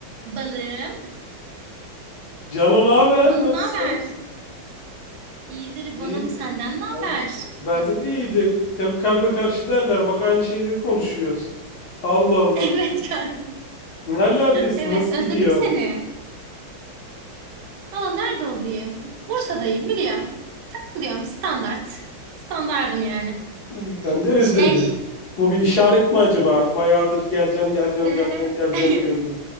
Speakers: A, on the right (about 85°); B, on the left (about 65°).
A: Balım,
B: Cano ne haber?
A: balım
B: Nasılsın?
A: ne haber? İyidir balım
B: İyi.
A: senden ne haber?
B: Ben de, ben
A: Nasılsın?
B: de, de iyidir. Kalp kalbe karşı derler. Bak aynı şeyleri konuşuyoruz. Allah Allah.
A: <laughs> Evet kanka.
B: Nerelerdesin?
A: Evet
B: Nasıl
A: özledim
B: gidiyor?
A: seni. Valla nerede olayım? Bursa'dayım biliyorum. Takılıyorum standart. Standardım yani.
B: İyi, ben de özledim.
A: Şey
B: Bu bir işaret mi acaba? Bayağıdır geleceğim, geleceğim,
A: de...
B: geleceğim, geleceğim
A: <laughs>
B: diyordun.